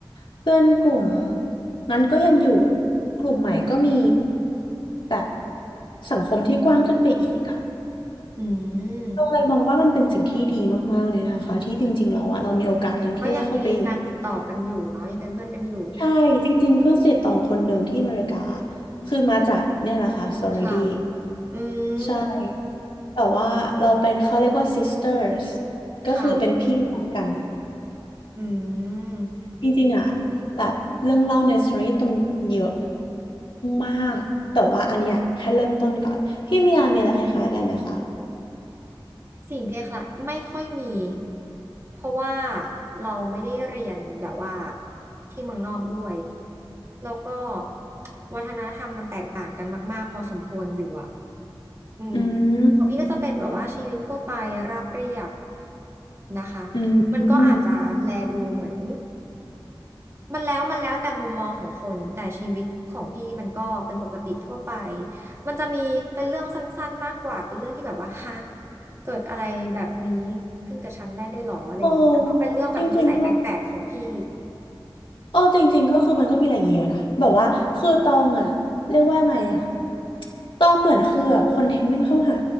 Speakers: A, on the left; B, on the right.
A: เพื่อนกลุ่มนั้นก็ยังอยู่กลุ่มใหม่ก็มีแบบสังคมที่กว้างขึ้นไปอีกอ่ะ
B: อืม
A: ตรงเลยมองว่ามันเป็นสิ่งที่ดีมากๆเลยนะคะที่จริงๆแล้วอะเรามีโอกาสหนึ่งที่ได้เข้าไปอยู่
B: ก็ยังมีการติดต่อกันอยู่เนาะยังเป็นเพื่อนกันอยู่
A: ใช่จริงๆเพื่อนสนิทตองคนหนึ่งที่อเมริกาคือมาจากเนี่ยแหละค่ะ sorority
B: ค่ะอื
A: ใช่
B: ม
A: แต่ว่าเราเป็นเขาเรียกว่า sisters ก็คือเป็นพี่น้องกัน
B: ค่ะอืม
A: จริงๆอ่ะแบบเรื่องเล่าในสตอรี่ตรงเยอะมากๆแต่ว่าอันเนี้ยแค่เริ่มต้นก่อนพี่มียามีอะไรคล้ายๆกันไหมคะ
B: สิ่งคล้ายๆไม่ค่อยมีเพราะว่าเราไม่ได้เรียนแบบว่าที่เมืองนอกด้วยแล้วก็วัฒนธรรมมันแตกต่างกันมากๆพอสมควรอยู่อ่ะอืม
A: อืม
B: ของพี่ก็จะเป็นแบบว่าชีวิตทั่วไปราบเรียบนะคะมันก็อาจจะแลดูเหมือน
A: อืมอืม
B: มันแล้วมันแล้วแต่มุมมองของคนแต่ชีวิตของพี่มันก็เป็นปกติทั่วไปมันจะมีเป็นเรื่องสั้นๆมากกว่าเป็นเรื่องที่แบบว่าฮะ เกิดอะไรแบบนี้ขึ้นกับฉันได้ด้วยหรออะไรอย่างเงี้ยก็เป็นเรื่องแบบนิสัยแปลกๆของพี่
A: โอ้จริงๆก็โอ้จริงๆก็คือมันก็มีอะไรอย่างเงี้ยอะนะแบบว่าคือตองอ่ะเรียกว่าไงอ่ะตองเหมือนคือแบบคอนเทนต์วิ่งเข้าหา